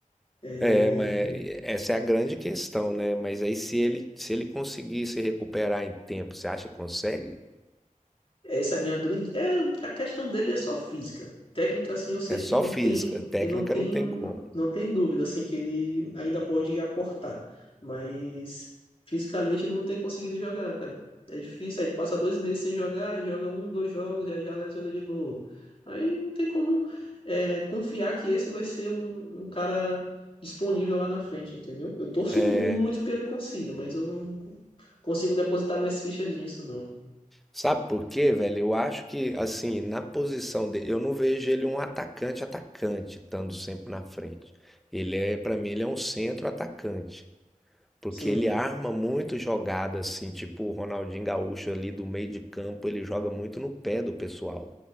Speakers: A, on the left; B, in the centre.
A: É,
B: É, mas essa é a grande questão, né? Mas aí se ele se ele conseguir se recuperar em tempo, você acha que consegue?
A: É, Essa é a minha grande. É, a questão dele é só física. Técnica, assim, eu sei
B: É
A: que
B: só
A: não
B: física,
A: tem.
B: técnica
A: Eu não tenho.
B: não tem como.
A: Não tem dúvida, assim, que ele ainda pode aportar. Mas fisicamente ele não tem conseguido jogar, cara. É difícil. Aí ele passa dois meses sem jogar, joga um, dois jogos, e aí já lesiona de novo. Aí não tem como é, confiar que esse vai ser um, um cara disponível lá na frente, entendeu? Eu torço
B: É,
A: muito que ele consiga, mas eu não consigo depositar mais fichas nisso, não.
B: sabe por quê, velho? Eu acho que assim, na posição dele, eu não vejo ele um atacante atacante, estando sempre na frente. Ele é, para mim, ele é um centro atacante, porque
A: Sim,
B: ele arma muito jogada assim, tipo o Ronaldinho Gaúcho ali do meio de campo, ele joga muito no pé do pessoal.